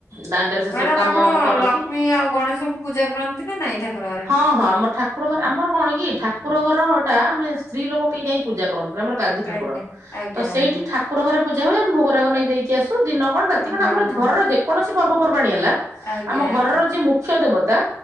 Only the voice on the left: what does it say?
ମ୍ୟାଡ଼ାମ
ଆପଣ
ଲକ୍ଷ୍ମୀ ଆଉ ଗଣେଶଙ୍କୁ ପୂଜା କରନ୍ତ ନ୍ତି ନା ନାଇଁ ଠାକୁର ଘରେ।
ଆଜ୍ଞା ଆଜ୍ଞା
ଆଜ୍ଞା
ହଁ
ହଁ
ଆଜ୍ଞା
ଆଜ୍ଞା